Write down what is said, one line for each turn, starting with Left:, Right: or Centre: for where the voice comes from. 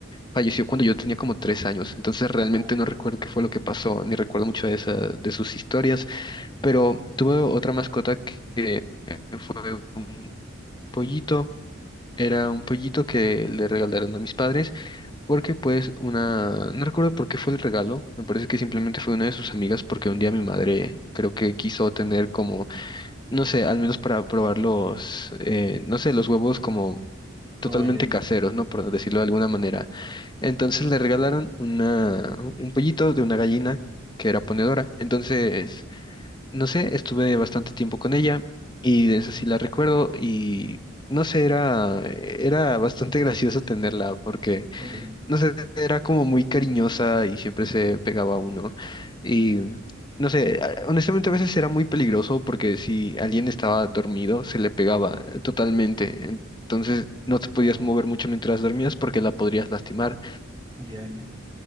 Left: falleció cuando yo tenía como tres años. Entonces, realmente
Right: Ok.
Left: no recuerdo qué fue lo que pasó, ni recuerdo mucho de esa, de sus historias. Pero tuve otra mascota que eh, fue un pollito. Era un pollito que le regalaron a mis padres porque pues una, no recuerdo por qué fue el regalo, me parece que simplemente fue una de sus amigas porque un día mi madre creo que quiso tener como, no sé, al menos para probar los, eh, no sé, los huevos como totalmente
Right: Oye,
Left: caseros, ¿no? Por decirlo de alguna manera. Entonces le regalaron una, un pollito de una gallina que era ponedora. Entonces no sé, estuve bastante tiempo con ella y de eso sí la recuerdo y no sé, era, era bastante <laughs> gracioso tenerla porque,
Right: eh,
Left: no sé, era como muy cariñosa y siempre se pegaba a uno. Y no sé, a- honestamente a veces era muy peligroso porque si alguien estaba dormido se le pegaba eh, totalmente. Entonces no te podías
Right: oh,
Left: mover mucho mientras dormías porque la podrías lastimar.
Right: ya, ya,